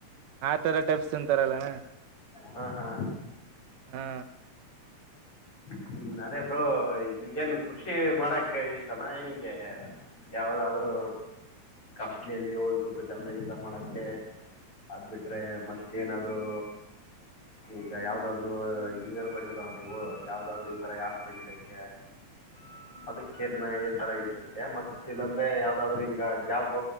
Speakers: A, on the right; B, on the left.
A: ಈರ ಟೆಪ್ಸ್ ತಿಂತಾರಲ್ಲಣ್ಣ
B: ಹಾ ಹಾ
A: ಹಾ
B: ಹ್ಞೂ ಅದೇ ಬ್ರೋ ನಿಮಗೆ ಎನ್ ಕೃಷಿ ಮಾಡಕ್ ಇಷ್ಟನಾ ಹೆಂಗೆ ಯಾವದಾದ್ರರು ಕಂಪ್ನಿಯಲ್ಲಿ ಹೋಗ್ಬಟ್ಟು ಕೆಲ್ಸ ಗೆಲ್ಸ ಮಾಡಕ ಅದಬಿಟ್ರೆ ಮತ್ತೇನಾದ್ರು ಈಗ ಯಾವ್ದಾದ್ರು ಇಂಜಿನಿಯರ್ ಮಾಡಿದರಮ್ಮ ನೀವು ಯಾವ್ದಾದ್ರು ಈ ತರ ಯಪ್ ಕಂಡಿಡಕ್ಕೆ <unintelligible> ಅದಕ್ಕೆನ್ನ
A: ಹ
B: ಇಂಟ್ರೆಸ್ಟ್ ಮತ್ತ ಇಲ್ಲಾಂದ್ರೆ ಯಾವ್ದಾದ್ರೂ ಹಿಂಗ ಜಾಬ್